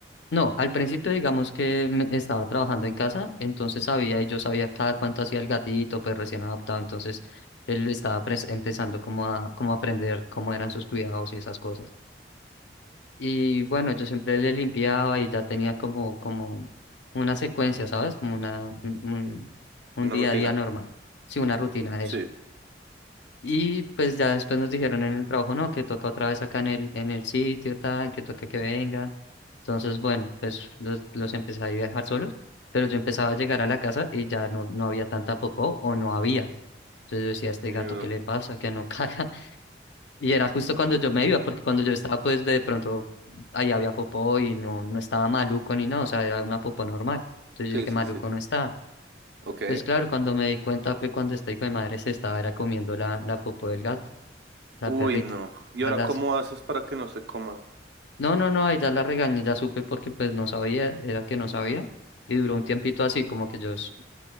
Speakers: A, on the left; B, on the right.
A: No, al principio digamos que me- estaba trabajando en casa, entonces sabía y yo sabía cada cuánto hacía el gatito, pues recién adoptado, entonces él estaba pres- empezando como a como a aprender cómo eran sus cuidados y esas cosas. Y bueno, yo siempre le limpiaba y ya tenía como como una secuencia, ¿sabes? Como una un, un un
B: Una
A: día
B: rutina.
A: a día normal, sí, una rutina
B: Sí.
A: de eso. Y pues ya después nos dijeron en el trabajo, no, que toca otra vez acá en el, en el sitio, tal, que toca que vengan. Entonces, bueno, pues los, los empecé ahí a dejar solos, pero yo empezaba a llegar a la casa y ya no, no había tanta popó o no había. Entonces yo decía, este
B: Yo-
A: gato, ¿qué le pasa? Que no caga. <laughs> Y era justo cuando yo me iba, porque cuando yo estaba, pues de pronto ahí había popó y no, no estaba maluco ni nada, o sea, era una popó normal. Entonces
B: Sí,
A: yo dije,
B: sí,
A: maluco
B: sí.
A: no estaba.
B: Ok.
A: Pues claro, cuando me di cuenta fue cuando este hijo de madre se estaba era comiendo la, la popó del gato. La
B: Uy,
A: perrita.
B: no. ¿Y
A: A
B: ahora
A: las...
B: cómo haces para que no se coma?
A: No, no, no, ahí ya la regañé, ya supe porque pues no sabía, era que no sabía. Y duró un tiempito así, como que yo s-